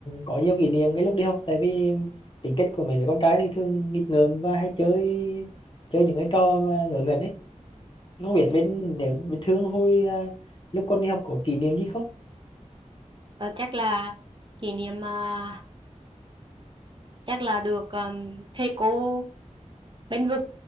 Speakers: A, on the left (about 40°); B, on the right (about 40°).
A: có nhiều kỷ niệm cái lúc đi học tại vì tính cách của mấy đứa con trai thì thường nghịch ngợm và hay chơi chơi những cái trò mà ngớ ngẩn ấy không biết
B: Ừ.
A: bên nếu bên Thương hồi à, lúc con đi học có kỷ niệm gì không
B: Ờ, chắc là kỷ niệm à, chắc là được um, thầy cô bênh vực